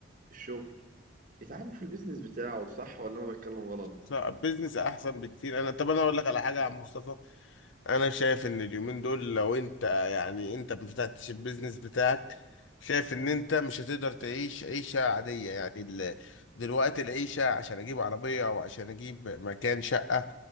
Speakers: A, on the right; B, on the left.
A: في الشغل يتعبوا في البيزنس بتاعه صح ولا انا بتكلم غلط
B: فبزنس احسن بكتير انا طب انا اقول لك على حاجه يا عم مصطفى انا شايف ان اليومين دول لو انت يعني انت ما فتحتش البيزنس بتاعك شايف ان انت مش هتقدر تعيش عيشه عاديه يعني ال- دلوقتي العيشه عشان اجيب عربيه او عشان اجيب مكان شقه